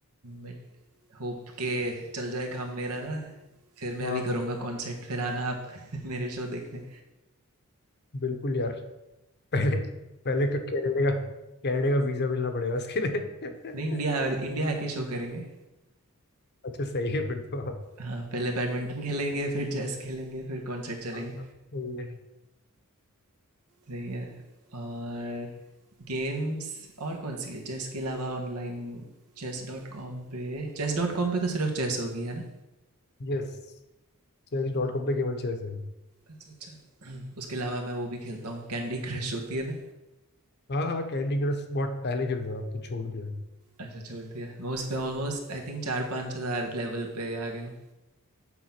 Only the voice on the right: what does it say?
बट होप के चल जाए काम मेरा ना फिर मैं
भी
करूँगा कॉन्सर्ट फिर आना आप <laughs> मेरे शो देखने
नहीं इंडिया
इंडिया आके शो करेंगे
हाँ पहले बैडमिंटन खेलेंगे फिर चेस खेलेंगे फिर कॉन्सर्ट चलेंगे
सही है और गेम्स और कौन सी है चेस के अलावा ऑनलाइन चेस डॉट कॉम पे चेस डॉट कॉम पे तो सिर्फ चेस होगी है ना
अच्छा अच्छा <clears throat> उसके अलावा मैं वो भी खेलता हूँ कैंडी क्रश होती है ना
अच्छा छोड़ दिया मैं उस पर ऑलमोस्ट आई थिंक चार पाँच हज़ार लेवल पे आ गया हूँ